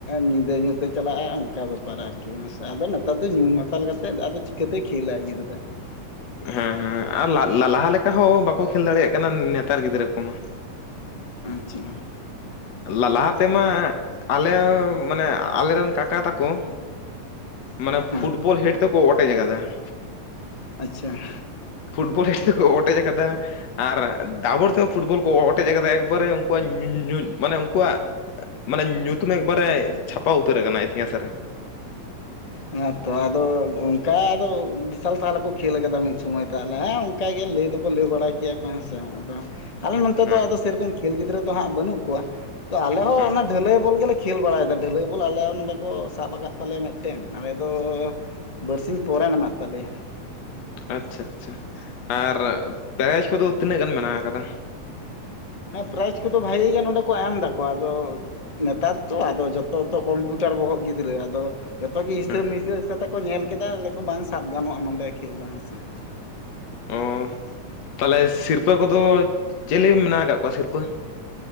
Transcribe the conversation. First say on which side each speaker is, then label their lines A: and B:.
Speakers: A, on the left; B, on the left.
A: ᱧᱤᱫᱟᱹ ᱧᱩᱛᱮ ᱪᱟᱞᱟᱜᱼᱟᱭ ᱚᱱᱠᱟ ᱵᱮᱯᱟᱨ ᱟᱨᱠᱤ ᱦᱮᱸᱥᱮ ᱟᱫᱚ ᱱᱮᱛᱟᱨ ᱫᱚ ᱧᱩ ᱢᱟᱛᱟᱞ ᱠᱟᱛᱮᱫ ᱟᱫᱚ, ᱪᱤᱠᱟᱹᱛᱮᱭ ᱠᱷᱮᱞᱟᱭ ᱜᱤᱫᱽᱨᱟᱹ ᱾
B: ᱦᱮᱸ ᱦᱮᱸ ᱟᱨ ᱞᱟ ᱞᱟ ᱞᱟᱦᱟ ᱞᱮᱠᱟ ᱦᱚᱸ ᱵᱟᱠᱚ ᱠᱷᱮᱞ ᱫᱟᱲᱮᱭᱟᱜ ᱠᱟᱱᱟ ᱱᱮᱛᱟᱨ ᱜᱤᱫᱽᱨᱟᱹ ᱠᱚᱢᱟ ᱾
A: ᱟᱪᱪᱷᱟ,
B: ᱞᱟ ᱞᱟᱦᱟ ᱛᱮᱢᱟ ᱟᱞᱮ ᱢᱟᱱᱮ ᱟᱞᱮᱨᱮᱱ ᱠᱟᱠᱟ ᱛᱟᱠᱚ ᱢᱟᱱᱮ
A: ᱦᱮᱸ
B: ᱯᱷᱩᱴᱵᱚᱞ ᱦᱮᱰ ᱛᱮᱠᱚ ᱚᱴᱮᱡ ᱟᱠᱟᱫᱟ ᱾
A: ᱟᱪᱪᱷᱟ,
B: ᱯᱷᱩᱴᱵᱚᱞ ᱦᱮᱰ ᱛᱮᱠᱚ ᱚᱴᱮᱡ ᱟᱠᱟᱫᱟ ᱾ ᱟᱨ ᱫᱟᱵᱚᱰ ᱛᱮᱦᱚᱸ ᱯᱷᱩᱴᱵᱚᱞ ᱠᱚ ᱚᱴᱮᱡ ᱟᱠᱟᱫᱟ ᱮᱠᱵᱟᱨᱮ ᱩᱱᱠᱩᱣᱟᱜ ᱧᱩ ᱧᱩ ᱢᱟᱱᱮ ᱩᱱᱠᱩᱣᱟᱜ, ᱢᱟᱱᱮ ᱧᱩᱛᱩᱢ ᱮᱠᱵᱟᱨᱮ ᱪᱷᱟᱯᱟ ᱩᱛᱟᱹᱨ ᱟᱠᱟᱱᱟ ᱤᱛᱤᱦᱟᱥ ᱨᱮ ᱾
A: ᱦᱮᱸᱛᱚ ᱟᱫᱚ ᱚᱱᱠᱟ ᱟᱫᱚ ᱵᱤᱥᱟᱞ ᱛᱟᱦᱚᱞᱮ ᱠᱚ ᱠᱷᱮᱞ ᱟᱠᱟᱫᱟ ᱢᱤᱫ ᱥᱚᱢᱚᱭ ᱛᱟᱦᱚᱞᱮ ᱦᱮᱸ ᱚᱱᱠᱟᱜᱮ ᱞᱟᱹᱭ ᱫᱚᱠᱚ ᱞᱟᱹᱭ ᱵᱟᱲᱟ ᱠᱮᱭᱟ ᱠᱚ ᱦᱮᱸ ᱥᱮ ᱟᱫᱚ ᱟᱞᱮ ᱱᱚᱱᱛᱮ
B: ᱦᱮᱸ
A: ᱫᱚ ᱟᱫᱚ ᱥᱮᱨᱚᱠᱚᱢ ᱠᱷᱮᱞ ᱜᱤᱫᱽᱨᱟᱹ ᱫᱚ ᱦᱟᱸᱜ ᱵᱟᱹᱱᱩᱜ ᱠᱚᱣᱟ ᱛᱚ ᱟᱞᱮ ᱦᱚᱸ
B: ᱦᱮᱸ
A: ᱚᱱᱟ ᱰᱷᱟᱹᱞᱟᱹᱭ ᱵᱚᱞ ᱜᱮᱞᱮ ᱠᱷᱮᱞ ᱵᱟᱲᱟᱭᱮᱫᱟ ᱵᱷᱟᱹᱞᱟᱹᱭ ᱵᱚᱞ ᱟᱞᱮ ᱦᱚᱸ ᱱᱚᱸᱰᱮ ᱠᱚ ᱥᱟᱵ ᱟᱠᱟᱫ ᱛᱟᱞᱮᱭᱟ ᱠᱚ ᱢᱮ ᱴᱮᱱ ᱟᱞᱮ ᱫᱚ ᱵᱟᱹᱨᱥᱤᱧ ᱯᱚᱨᱮ ᱢᱮᱱᱟᱜ ᱛᱟᱞᱮᱭᱟ ᱾
B: ᱟᱪᱪᱷᱟ ᱪᱪᱷᱟ ᱟᱨ ᱯᱨᱟᱭᱤᱡ ᱠᱚᱫᱚ ᱛᱤᱱᱟᱹᱜ ᱜᱟᱱ ᱢᱮᱱᱟᱜ ᱟᱠᱟᱫᱟ?
A: ᱦᱮᱸ ᱯᱨᱟᱭᱤᱡᱽ ᱠᱚᱫᱚ ᱵᱷᱟᱜᱮ ᱜᱮ ᱱᱚᱸᱰᱮ ᱠᱚ ᱮᱢ ᱫᱟᱠᱚ ᱟᱫᱚ ᱱᱮᱛᱟᱨ ᱛᱚ ᱟᱫᱚ ᱡᱦᱚᱛᱚ ᱛᱚ ᱠᱚᱢᱯᱤᱭᱩᱴᱟᱨ ᱵᱚᱦᱚᱜ ᱜᱤᱫᱽᱨᱟᱹ ᱟᱫᱚ ᱡᱦᱚᱛᱚ ᱜᱮ ᱦᱤᱥᱟᱹᱵᱽ
B: ᱦᱮᱸ
A: ᱢᱤᱥᱟᱹᱠ ᱠᱟᱛᱮ ᱠᱚ ᱧᱮᱞ ᱠᱮᱫᱟ ᱞᱟᱹᱭ ᱫᱟᱠᱚ ᱵᱟᱝ ᱥᱟᱵ ᱜᱟᱱᱚᱜᱼᱟ ᱱᱚᱸᱰᱮ ᱠᱷᱮᱞ ᱫᱚ ᱦᱮᱸ ᱥᱮ ᱾
B: ᱚᱻ ᱛᱟᱦᱚᱞᱮ ᱥᱤᱨᱯᱟᱹ ᱠᱚᱫᱚ ᱪᱮᱞᱮ ᱢᱮᱱᱟᱜ ᱟᱠᱟᱫ ᱠᱚᱣᱟ ᱥᱤᱨᱯᱟᱹ?